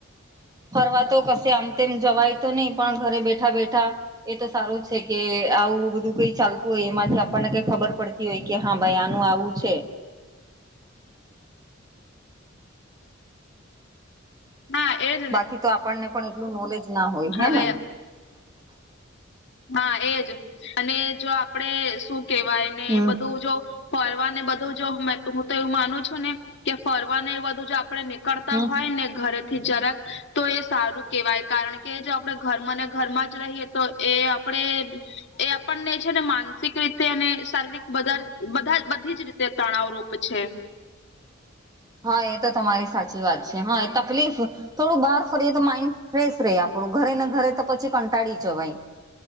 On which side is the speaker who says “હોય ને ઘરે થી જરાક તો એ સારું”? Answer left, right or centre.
Left